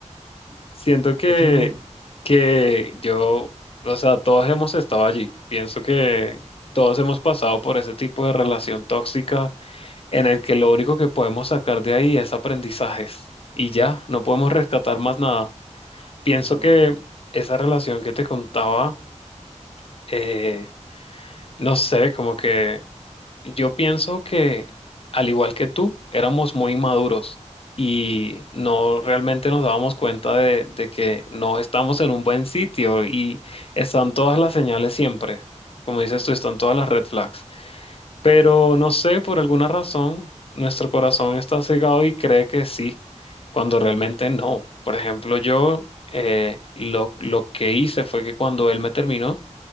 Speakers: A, on the left (about 50°); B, on the right (about 75°).
A: Siento que,
B: Eso luego.
A: que yo, o sea, todos hemos estado allí. Pienso que todos hemos pasado por ese tipo de relación tóxica en el que lo único que podemos sacar de ahí es aprendizajes. Y ya, no podemos rescatar más nada. Pienso
B: Sí, no,
A: que esa relación que te contaba eh, no sé, como que yo pienso que, al igual que tú, éramos muy inmaduros y no realmente nos dábamos cuenta de, de que no estamos en un buen sitio y están todas las señales siempre. Como dices tú, están todas las red flags. Pero no sé, por alguna razón, nuestro corazón está cegado y cree que sí, cuando realmente no. Por ejemplo, yo eh, lo, lo que hice fue que cuando él me terminó,